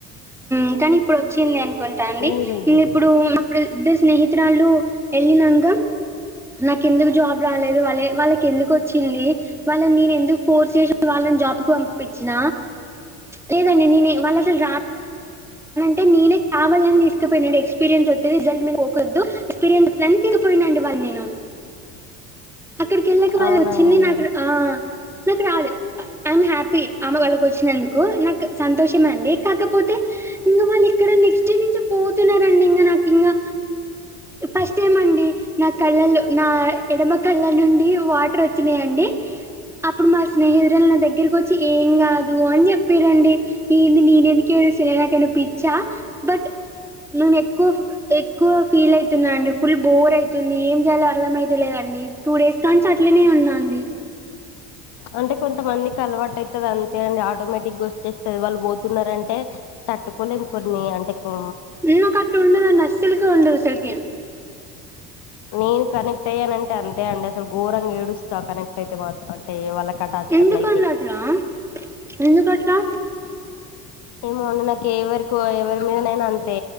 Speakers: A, in the centre; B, on the left.
A: ఉ కానీ ఇప్పుడు వచ్చింది అనుకుంటా అండి
B: ఎన్ని రోజులు
A: ఇంగ ఇప్పుడు ఇప్పుడు ఇద్దరు స్నేహితురాలు వెళ్ళినంక నాకెందుకు జాబ్ రాలేదు వాళ్ళ వాళ్ళకి ఎందుకు వచ్చింది వాళ్ళని నేను ఎందుకు ఫోర్స్ చేసి వాళ్ళని జాబ్ కు పంపించిన లేదండి నేను వాళ్ళు అసలు రా
B: ఆ
A: అంటే నేనే కావాలని తీకుపోయిన నండి ఎక్స్పీరియన్స్ వత్తాది రిజల్ట్ మీరు పోకొద్దు ఎక్స్పీరియన్స్ వత్తాదని తిగిపోయినండి వాళ్ళని నేను అక్కడికి వెళ్ళక వాళ్ళు
B: అవునా
A: వచ్చింది
B: అండి
A: నాకు ఆ నాకు రాలే ఐమ్ హ్యాపీ ఆమ వాళ్ళకు వచ్చినందుకు నాకు సంతోషమే అండి కాకపోతే వాళ్ళు ఇక్కడ నెక్స్ట్ డే నుంచి పోతున్నారండి ఇంగ నాకు ఇంగా ఫస్ట్ టైం అండి నా కళ్ళల్లో నా ఎడమ కళ్ళ నుండి వాటర్ వచ్చినాయండి అప్పుడు మా స్నేహితురాలు నా దగ్గరకు వచ్చి ఏం కాదు అని చెప్పిర్రు అండి ఏంది నేను ఎందుకు ఏడుస్తున్న నాకు ఏమన్నా పిచ్చా బట్ నేను ఎక్కువ పి ఎక్కువ ఫీల్ అయతున్నా అండి ఫుల్ బోర్ అయతుంది ఏం చేయాలో అర్థ అయితలేదండి టూ డేస్ కాడినుంచి అట్లనే ఉన్నా అండి
B: అంటే కొంత మందికి అలవాటు అయితాదంతే అండి ఆటోమేటిక్ గా వచ్చేస్తుది వాళ్ళు పో తున్నారంటే తట్టుకోలేము కొన్ని అంటే కో
A: ఉన్న కట్ ఉండదండి అసలుకే ఉండదు సరికి
B: నేను కనెక్ట్ అయ్యానంటే అంతే అండి అసలు ఘోరంగా ఏడుస్తా కనెక్ట్ అయితే మాత్రం అంటే వాలకటాచ్
A: ఎందుకండి
B: అట్లా అయితే
A: అట్లా? ఎందుకట్లా?
B: ఏమోంది నాకు ఎవరికో ఎవరి మీద నైనా అంతే